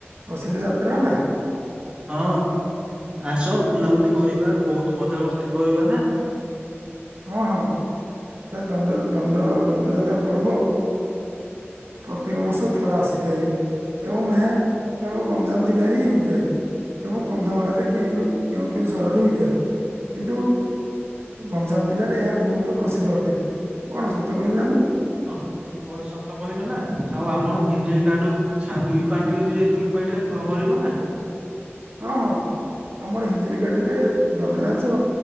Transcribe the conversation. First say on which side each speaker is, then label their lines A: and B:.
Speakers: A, on the right (about 65°); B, on the right (about 25°).
A: ପ୍ରସିଦ୍ଧ ଯାତ୍ରା ନା?
B: ହଁ। ଆସ ବୁଲାବୁଲି କରିବା ବହୁତ ମଜା ମସ୍ତି କରିବା ନା।
A: ହଁ ହଁ ଆରେ ଦଣ୍ଡ ଦଣ୍ଡ ଦଣ୍ଡଯାତ୍ରା ପର୍ବ। ପ୍ରତ୍ୟେକ ବର୍ଷ ଥରେ ଆସିଥାଏ ଏବଂ ଏହା କେବଳ ଗଞ୍ଜାମ ଜିଲ୍ଲାରେ ହି ହୋଇଥାଏ। ଏବଂ କନ୍ଧମାଳରେ କେ କେଉଁ କେଉଁ ସରରେ ହୋଇଥାଏ କିନ୍ତୁ ଗଞ୍ଜାମ ଜିଲ୍ଲାରେ ଏହା ବହୁତ ପ୍ରସିଦ୍ଧ ଅଟେ। କଣ ସତ କହିଲି ନା ମୁଁ
B: ହଁ ହଁ ସତ କହିଲୁ ନା? ଆଉ ଆମର ହିଞ୍ଜି କାଠୁ ଦୁଇ ପାର୍ଟି ଅଛି ସେ ଦୁଇ ପାର୍ଟି ରେ କରିବ ନା?
A: ହଁ ହଁ। ଆମର ହିଞ୍ଜୁଳି ଗାଟିରେ ଦଣ୍ଡନାଚ